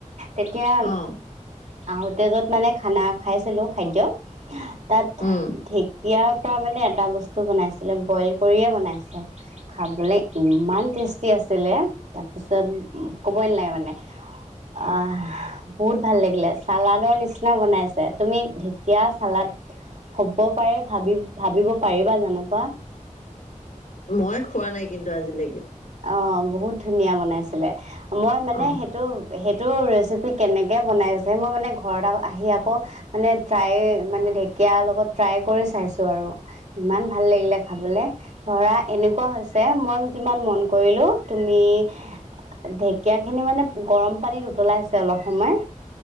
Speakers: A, on the right; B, on the left.
A: তেতিয়া
B: অঁ
A: আহোঁতে য'ত মানে খানা খাইছিলোঁ খাদ্য তাত
B: উমঁ'।
A: ঢেঁকীয়াৰ পৰা মানে এটা বস্তু বনাইছিলে বইল কৰিয়ে বনাইছে। খাবলৈ ইমান টেষ্টি আছিলে তাৰপিছত কবয়ে নালাগে মানে। আহ' বহুত ভাল লাগিলে, চালাদৰ নিচিনা বনাইছে। তুমি ঢেকীয়া, চালাদ হ'ব পাৰে ভাবি-ভাবিব পাৰিবা যেনেকুৱা।
B: মই খোৱা নাই কিন্তু আজিলৈকে।
A: অ', বহুত ধুনীয়া বনাইছিলে। মই মানে
B: অঁ
A: সেইটো- সেইটো ৰেচিপি কেনেকৈ বনাইছে, মই মানে ঘৰত আহি আকৌ- মানে ট্ৰাই মানে ঢেকীয়াৰ লগত ট্ৰাই কৰি চাইছো আৰু। ইমান- ভাল লাগিলে খাবলৈ। ধৰা এনেকুৱা হৈছে ম'ন যিমান ম'ন- কৰিলোঁ, তুমি- ঢেকীয়া খিনি মানে গৰম পানীত উতলাইছে অলপ সময়।